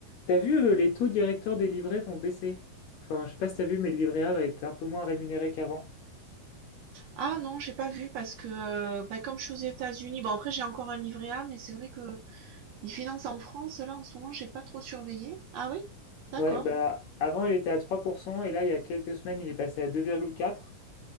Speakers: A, on the left; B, on the right.
A: T'as vu, euh, les taux directeurs des livrets vont baisser. Enfin, je sais pas si t'as vu, mais le livret A va être un peu moins rémunéré qu'avant.
B: Ah non, j'ai pas vu parce que euh, bah, comme je suis aux États-Unis, bon après j'ai encore un livret A, mais c'est vrai que les finances en France, là en ce moment, j'ai pas trop surveillé. Ah oui? D'accord,
A: Ouais, bah avant il était à 3% et là il y a quelques semaines il est passé à 2,4,